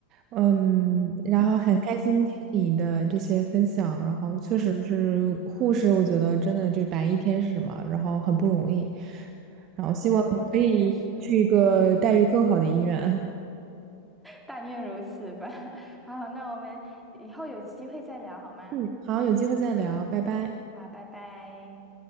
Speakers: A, on the right (about 35°); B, in the centre.
A: 嗯，然后很开心听你的这些分享，
B: 嗯，那
A: 然后确实是护士，我觉得真的就白衣天使嘛，然后很不容易，然后希望你可以去一个待遇更好的医院。
B: 对我对你也是，但愿如此吧。<laughs> 好，那我们以后有机会再聊好吗？
A: 嗯，好，有机会再聊，拜拜。
B: 好，拜拜。